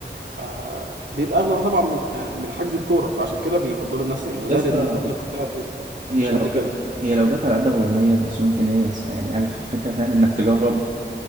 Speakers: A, on the right (about 75°); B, on the right (about 45°).
A: فبيبقى اغلى طبعا من من حجز الكوره فعشان كده بيفضلوا الناس ايه
B: يا
A: وزائد
B: اسطى
A: ان التكلفه بتاعته
B: هي
A: مش قد
B: لو
A: كده
B: جت هي لو جت على قد 400 500 جنيه يعني 1000 الفكره فاهم انك تجرب